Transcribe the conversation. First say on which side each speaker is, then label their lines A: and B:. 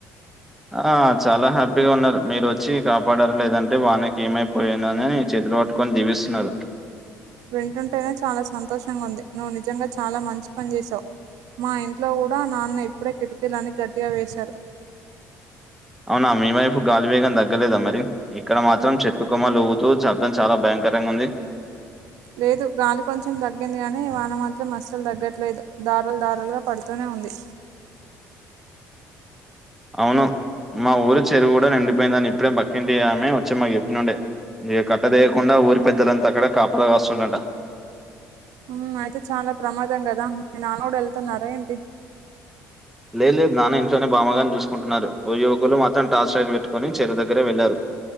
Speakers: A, in the centre; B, on the right.
A: ఆ చాల హ్యాపీగా ఉన్నారు మీరు వచ్చి కాపాడారు లేదంటే వానకి ఏమైపోఏనని <unintelligible> పట్టుకొని దీవిస్తున్నారు
B: వింటుంటేనే చాలా సంతోషంగా ఉంది నువ్వు నిజంగా చాలా మంచి పని చేసావు మా ఇంట్లో కూడ నాన్న ఇప్పుడే కిటికీలన్ని గట్టిగా వేశారు
A: అవునా మీ వైపు గాలి వేగం తగ్గలేదా మరి ఇక్కడ మాత్రం చెట్టు కొమ్మలు ఉగుతు శబ్దం చాల భయం కరంగా ఉంది
B: లేదు గాలి కొంచెం తగ్గింది గానీ వాన మాత్రం మస్సలు తగ్గట్లేదు దరు దారులుగా పడుతూనే అంది
A: అవును మా ఊరి చెరువు కూడ నిండిపోయిందని ఇప్పుడే మ పక్కింటి ఆమె వచ్చే మాకు చెప్ప నుండే మీ కట్ట తీయకుండా ఊరి పెద్దలంతా అక్కడ కాపల కాస్తురంట
B: ఆ అయితే చాల ప్రమాదం కదా మీ నాన్న కూడ వెళ్తున్నార ఏంటి
A: లేదు లేదు నాన్న ఇంట్లోనే బామగారిని చూసుకుంటున్నారు ఓ యువకులు మాత్రం టార్చ్ స్టట్ పెట్టుకుని చెరువు దగ్గర వెళ్లారు